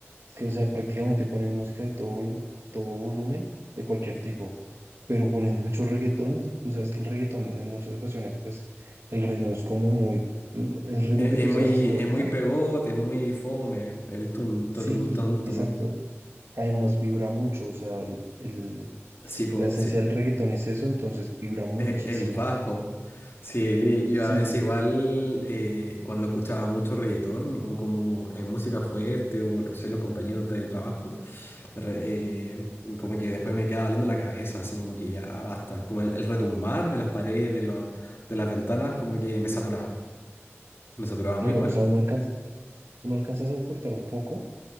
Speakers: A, on the right (about 75°); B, on the left (about 60°).
A: es que, o sea, prácticamente ponen música de todo, volu- a todo volumen, de cualquier tipo. Pero ponen mucho reggaetón y tú sabes que el reggaetón en muchas ocasiones, pues, el ritmo es como muy... El ritmo
B: Es,
A: que
B: es
A: tú estabas
B: muy,
A: haciendo ahorita,
B: es muy pegote, es muy fome, el tum, ta,
A: sí,
B: tum, tan, tum.
A: exacto. Además vibra mucho, o sea, el,
B: Sí, po,
A: La esencia
B: sí.
A: del reggaetón es eso, entonces vibra muchísimo.
B: Eh, El bajo. Sí, yo
A: Sí,
B: a veces igual eh, cuando escuchaba mucho reggaetón o como eh, música fuerte o no sé, los compañeros de trabajo. re- eh, como que después me queda doliendo la cabeza, así como que ya basta. Como el, el retumbar de las paredes, de, lo de las ventanas, como que me saturaba. Me saturaba
A: claro,
B: muy mal.
A: o sea, uno alcanza, uno alcanza a soportar un poco,